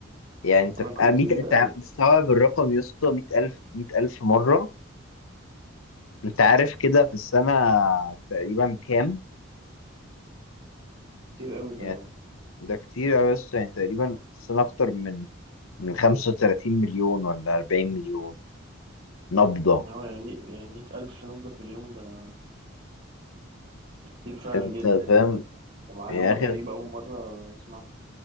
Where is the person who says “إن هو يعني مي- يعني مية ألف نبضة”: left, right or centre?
Right